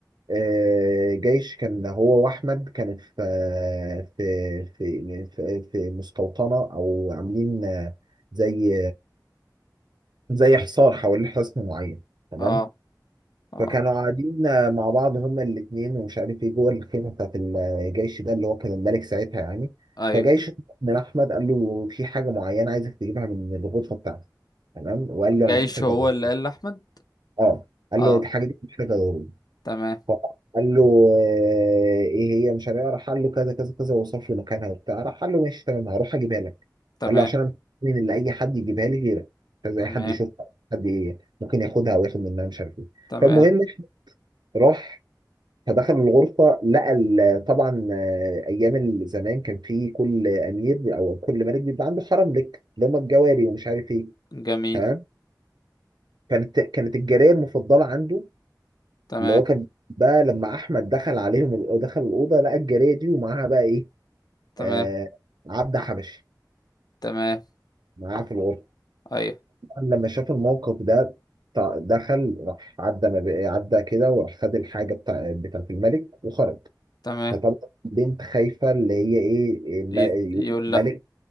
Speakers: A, on the right (about 80°); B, on the left (about 65°).
A: آه، جيش كان هو واحمد كانوا في آه، في في في, في مستوطنه او عاملين آه، زي زي حصار حوالين حصن معين تمام
B: اه اه
A: فكانوا قاعدين آه، مع بعض هما الاثنين ومش عارف ايه جوه الخيمه بتاعت الجيش ده اللي هو كان الملك ساعتها يعني
B: ايوه
A: فجيش من احمد قال له في حاجه معينه عايزك تجيبها من الغرفه بتاعتي تمام وقال
B: جيش
A: له انا محتاج
B: هو
A: ادور
B: اللي قال لاحمد
A: اه قال
B: اه
A: له الحاجه دي محتاجه ضروري
B: تمام
A: فقال له آه، ايه هي مش عارف إيه. راح قال له كذا كذا كذا ووصف له مكانها وبتاع راح قال له ماشي تمام هروح اجيبها لك
B: تمام
A: قال له عشان انا من اللي اي حد يجيبها لي غيرك مش عايز
B: تمام
A: اي حد يشوفها حد ي- ممكن ياخدها او ياخد منها مش عارف ايه
B: تمام
A: فالمهم راح فدخل الغرفة لقى ال- طبعا آه، أيام زمان كان في كل أمير أو كل ملك بيبقى عنده حرم لك اللي هم الجواري ومش عارف إيه
B: جميل
A: تمام كانت كانت الجارية المفضلة عنده
B: تمام
A: اللي هو كان بقى لما أحمد دخل عليهم ال- دخل الأوضة لقى الجارية دي ومعاها بقى إيه
B: تمام
A: آه عبد حبشي
B: تمام
A: معاها في الغرفة
B: ايوه
A: لما شاف الموقف ده ط- دخل راح عدى ما بقى- عدى كده وراح خد الحاجة بتاع بتاعت الملك وخرج
B: تمام
A: فطبعا البنت خايفه اللي هي ايه الم-
B: ي-
A: يقول
B: يقول
A: الملك
B: لها